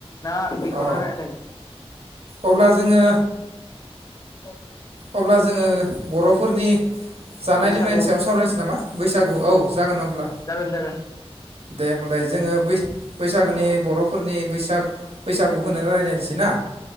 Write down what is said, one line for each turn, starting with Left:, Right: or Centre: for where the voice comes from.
Left: ना बेखौनो
Right: अ
Left: रायलायगोन।
Right: अब्ला जोङो
Left: <inaudible> <unintelligible>
Right: अब्ला जोङो बर'फ फोरनि जानाय
Left: बैसागु
Right: लोंनायनि सायाव सावरायनोसै नामा बैसागु औ जागोन अब्ला
Left: जागोन जागोन
Right: दे होमबालाय जोङो बैस बैसागोनि बर'फ फोरनि बैसाग बैसागुखौनो रायलायनोसै ना?